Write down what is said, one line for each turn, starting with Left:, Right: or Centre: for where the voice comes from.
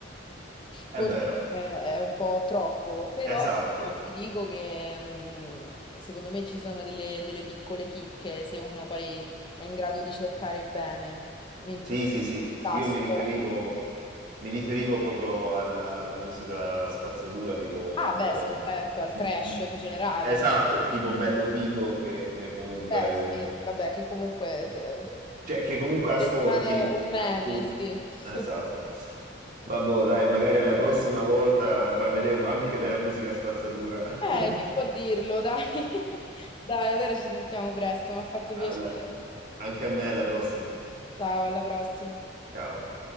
Right: È
Left: Forse
Right: vero,
Left: eh, è un po' troppo, però
Right: esatto.
Left: ti dico che mh, secondo me ci sono delle, delle piccole chicche se uno poi è in grado di cercare bene in
Right: Sì,
Left: tutto
Right: sì,
Left: il
Right: sì,
Left: tasto.
Right: io mi riferivo,
Left: <laughs>
Right: mi riferivo proprio alla, alla musica spazzatura, tipo,
Left: Ah,
Right: non
Left: beh,
Right: lo so,
Left: sì, certo, al trash
Right: m-
Left: in generale.
Right: esatto, tipo Bello Figo, che è comunque
Left: Beh,
Right: un...
Left: sì, vabbè, che comunque eh, beh,
Right: cioè, che comunque ascolti
Left: rimane
Right: a,
Left: un meme,
Right: a tutti.
Left: sì.
Right: Esatto.
Left: <laughs>
Right: Vabbè, dai, magari alla prossima volta parleremo anche della musica spazzatura. <laughs>
Left: Eh, chi può dirlo, dai. <laughs> Dai, allora ci sentiamo presto, mi ha fatto piacere.
Right: Alla- Anche a me, alla prossima.
Left: Ciao, alla prossima.
Right: Ciao.